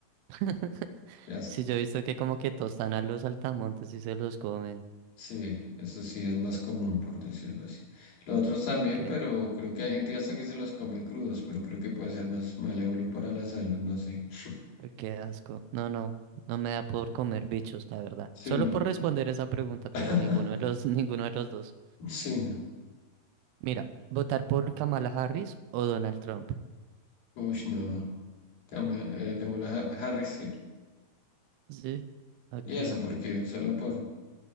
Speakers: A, on the right; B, on the left.
A: <laughs>
B: qué asco.
A: Sí, yo he visto que como que tostan a los saltamontes y se los comen.
B: Sí, eso sí es más común, por decirlo así. Los otros también,
A: Ok,
B: pero creo que hay gente hasta que se los come crudos, pero creo que puede ser más malévolo para la salud, no sé. <laughs>
A: uy, qué asco. No, no, no me da por comer bichos, la verdad.
B: Sí,
A: Solo
B: no.
A: por responder esa pregunta, pero
B: <laughs>
A: ninguno de los, <laughs> ninguno de los dos.
B: Sí, no.
A: Mira, ¿votar por Kamala Harris o Donald Trump?
B: Uy, no. Kamala, eh, Kamala Ha- Harris, sí.
A: Sí, ok.
B: Y eso, porque solo por...